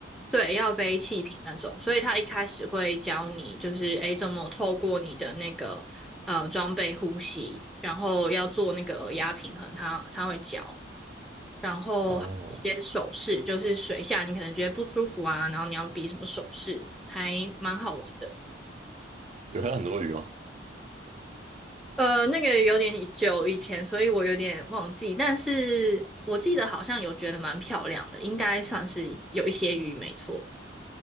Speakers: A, in the centre; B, on the right.
A: 对，要背气瓶那种，所以他一开始会教你，就是诶怎么透过你的那个呃装备呼吸，然后要做那个耳压平衡，他他会教，然后还有一些手势，
B: 哦，
A: 就是水下你可能觉得不舒服啊，然后你要比什么手势，还蛮好玩的。
B: 有看到很多鱼吗？
A: 呃，那个有点久以前，所以我有点忘记，但是我记得好像有觉得蛮漂亮的，应该算是有一些鱼，没错。